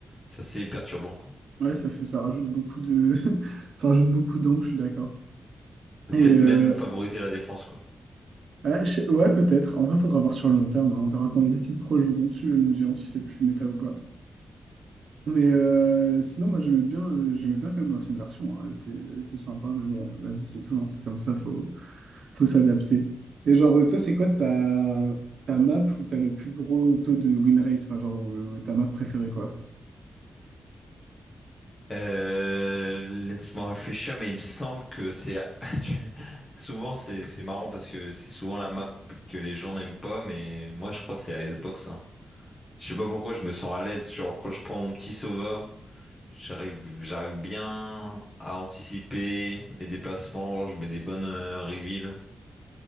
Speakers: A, on the left; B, on the right.
A: c'est assez perturbant, quoi.
B: Ouais, ça fait, ça rajoute beaucoup de, <laughs> ça rajoute beaucoup d'angles, je suis d'accord.
A: Peut-être
B: Et euh,
A: même favoriser la défense, quoi.
B: ouais, je sais- ouais, peut-être. En vrai, faudra voir sur le long terme. hein. On verra quand les équipes pro joueront dessus, nous dirons si c'est plus méta ou pas. Mais euh, sinon, moi, j'aimais bien, euh, j'aimais bien quand même l'ancienne version. hein. Elle était, elle était sympa, mais bon, vas-y, c'est tout. hein. C'est comme ça, faut, faut s'adapter. Et genre, euh, toi, c'est quoi ta, ta map où t'as le plus gros taux de win rate? Enfin, genre, euh, ta map préférée, quoi?
A: Euh, laisse-moi réfléchir, mais il me semble que c'est <laughs> souvent c'est c'est marrant parce que c'est souvent la map que les gens n'aiment pas, mais moi je crois que c'est Icebox. Hein. Je sais pas pourquoi je me sens à l'aise. Genre quand je prends mon petit Sova. J'arrive, j'arrive bien à anticiper les déplacements, je mets des bonnes euh, reveals.